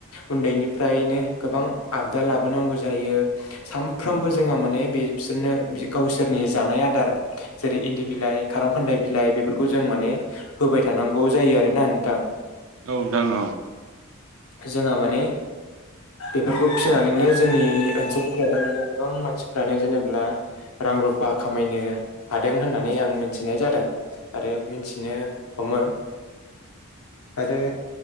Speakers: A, on the left; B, on the right.
A: उन्दैनिफ्रायनो गोबां आबदा लाबोनांगौ जायो सानफ्रामबो जोंहा माने बे बिसोरनो गावसोरनि जानानै आदार जेरै इन्दि बिलाइ खारं खान्दाय बिलाइ बेफोरखौ जों माने होबाय थानांगौ जायो आरो ना नोंथां?
B: औ नोंथां औ
A: जोंहा माने बेफोरखौ फिसिनानैनो जोंनि ओनसोलफोरावहाय माने गोबां मानसिफ्रानो जेनेब्ला रां रुफा खामायनो हादों होननानै आं मिथिनाय जादों। आरो मिन्थिनो हमो। आरो
B: औ